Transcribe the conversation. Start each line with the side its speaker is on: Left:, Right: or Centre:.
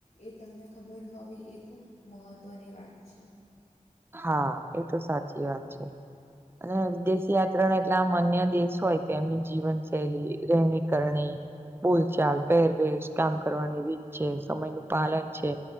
Left: એ તમને ખબર હોવી એ ખૂબ મહત્વની વાત છે
Right: હા એ તો સાચી વાત છે અને વિદેશ આચરણ એટલે આમ અન્ય દેશ હોય કે એમની જીવનશૈલી રહેણી કરણી બોલચાલ પહેરવેશ કામ કરવાની રીત છે સમય નું પાલન છે